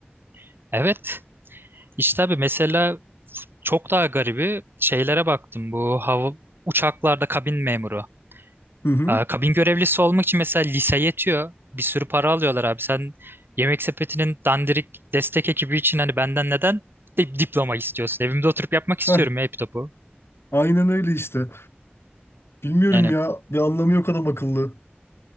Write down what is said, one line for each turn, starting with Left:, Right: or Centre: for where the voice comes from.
Right: <laughs> Evet. İşte abi mesela çok daha garibi şeylere baktım. Bu hava uçaklarda kabin memuru.
Left: Hı hı.
Right: Aa, kabin görevlisi olmak için mesela lise yetiyor. Bir sürü para alıyorlar abi. Sen Yemek Sepeti'nin dandirik destek ekibi için hani benden neden di- diploma istiyorsun? Evimde oturup yapmak istiyorum
Left: Heh.
Right: ya hep topu.
Left: Aynen öyle işte. Bilmiyorum
Right: Yani
Left: ya. Bir anlamı yok adam akıllı.